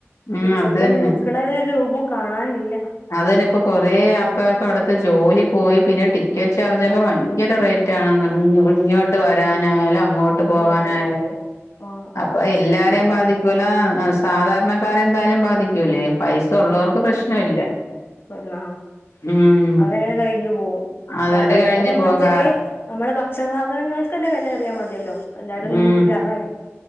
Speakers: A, on the left (about 75°); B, on the left (about 50°).
A: ഉം
B: ഇപ്പത്തന്ന
A: അത് തന്നെ
B: നിക്കണ ഒരു ന്നും കാണാനില്ല
A: അത് തന്നെ ഇപ്പൊ കൊറെ ആൾക്കാർക്ക് അവിടത്തെ ജോലി പോയി പിന്നെ ടി ടിക്കറ്റ് ചാർജന്നെ
B: ആഹ്
A: ഭയങ്കര റേറ്റ് റ്റ മുന്നോട്ട് വരാനായാലും അങ്ങോട്ട് പോവാനായല്
B: ഇങ്ങോട്ട് ആഹ് ആഹ്
A: അപ്പ എല്ലാരെയും
B: അത് പറഞ്ഞിട്ട്
A: ബാധിക്കൂല സാധാരണക്കാരെന്തായാലും ബാധിക്കൂല്ലേ പൈസ അ ഉള്ളവർക്ക് പ്രശ്നം ഇല്ല
B: കൊല്ല
A: ഉം
B: അവരങ്ങനെ കഴിഞ്ഞു പോവും
A: അതത്
B: സാധാരണക്കാര
A: കഴിഞ്ഞ്
B: നമ്മളെ
A: പോകാ
B: ചെറിയ നമ്മളെ ഉച്ച സാധനങ്ങൾക്ക്ന്നെ വില ഏറിയാ മതി ഇല്ലോ എല്ലാര ഒന്നും
A: ഉം
B: മുട്ടിലവാന്